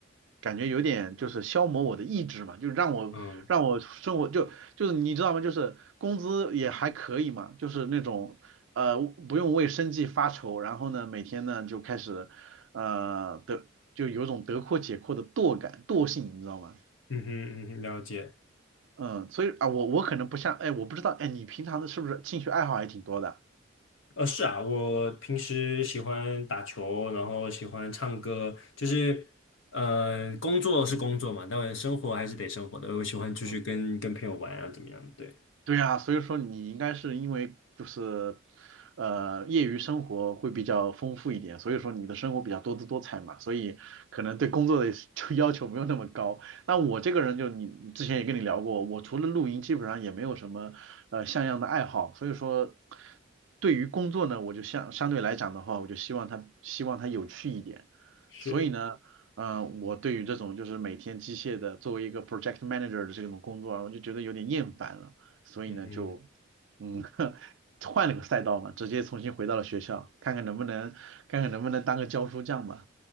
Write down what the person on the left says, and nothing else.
嗯
嗯哼嗯哼了解。
呃，是啊，我平时喜欢打球，然后喜欢唱歌，就是，嗯、工作是工作嘛，当然生活还是得生活的。我喜欢出去跟跟朋友玩啊，
怎么样？对，
是，
嗯，